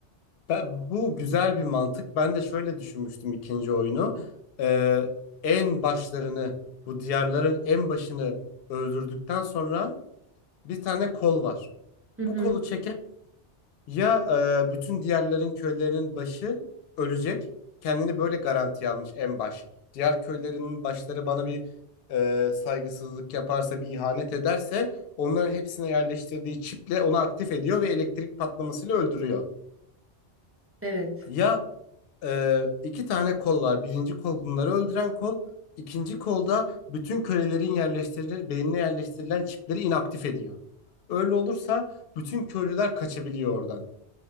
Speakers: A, on the left; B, on the right.
A: Ben, bu güzel bir mantık. Ben de şöyle düşünmüştüm ikinci oyunu. Ee, en başlarını, bu diyarların en başını öldürdükten sonra bir tane kol var.
B: Hı
A: Bu
B: hı.
A: kolu çeker Ya e, bütün diğerlerin köylerinin başı ölecek. Kendini böyle garantiye almış en baş. Diğer köylerinin başları bana bir e, saygısızlık yaparsa, bir ihanet ederse onların hepsine yerleştirdiği çiple onu aktif ediyor ve elektrik patlamasıyla öldürüyor.
B: Evet.
A: Ya e, iki tane kol var. Birinci kol bunları öldüren kol. İkinci kolda bütün kölelerin yerleştirilen, beynine yerleştirilen çipleri inaktif ediyor. Öyle olursa bütün köylüler kaçabiliyor oradan.